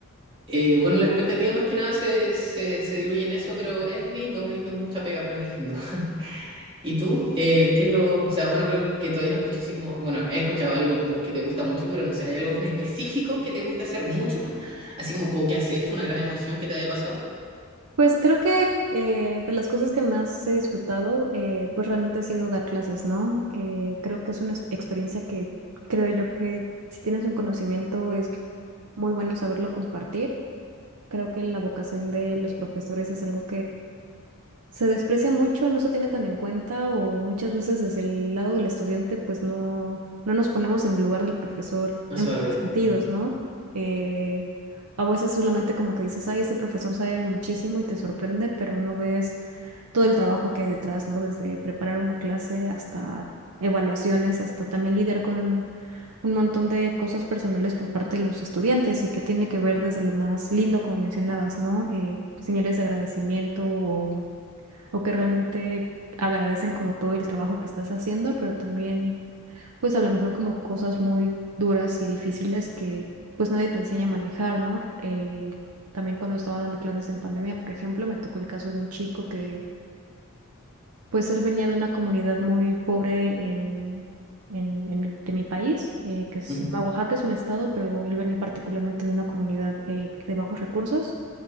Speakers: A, on the right; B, on the right.
A: Eh, bueno, la expectativa más que nada se, se, se diluye en eso, pero es lindo, es lindo, es mucha pega, pero es lindo. ¿Y tú? Eh, ¿qué es lo, o sea, bueno, creo que todavía no escucho así como, bueno, he escuchado algo como que te gusta mucho, pero no sé, ¿hay algo en específico que te gusta hacer mucho? Así como, o que has hecho una gran emoción que te haya pasado.
B: Pues creo que eh, de las cosas que más he disfrutado, eh, pues realmente ha sido dar clases, ¿no? Eh, creo que es una ex- experiencia que creo yo que si tienes un conocimiento es muy bueno saberlo compartir. Creo que la vocación de los profesores es algo se desprecia mucho, no se tiene tan en cuenta o muchas veces desde el lado del estudiante pues no, no nos ponemos en el lugar del profesor
A: No
B: en
A: se
B: muchos
A: valora.
B: sentidos,
A: Mm,
B: ¿no? Eh, a veces solamente como que dices, ay, este profesor sabe muchísimo y te sorprende, pero no ves todo el trabajo que hay detrás, ¿no? Desde preparar una clase hasta evaluaciones, hasta también lidiar con un montón de cosas personales por parte de los estudiantes y que tiene que ver desde lo más lindo, como mencionabas, ¿no? Eh, señales de agradecimiento o o que realmente agradecen como todo el trabajo que estás haciendo, pero también pues a lo mejor como cosas muy duras y difíciles que pues nadie te enseña a manejar, ¿no? Eh, también cuando estaba dando clases en pandemia, por ejemplo, me tocó el caso de un chico que pues él venía de una comunidad muy pobre en... En, en mi- de mi país, eh, que se
A: mm,
B: llama Oaxaca, es un estado, pero él venía particularmente de una comunidad eh, de bajos recursos.